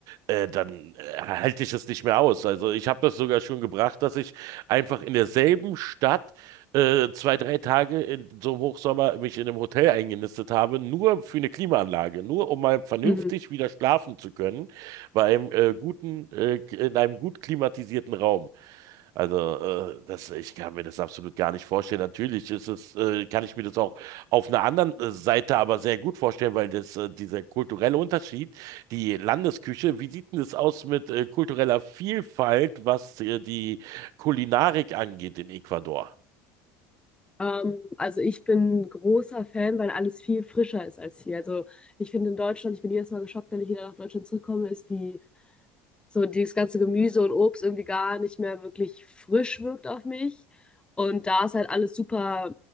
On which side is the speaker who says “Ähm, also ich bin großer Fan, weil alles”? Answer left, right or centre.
Left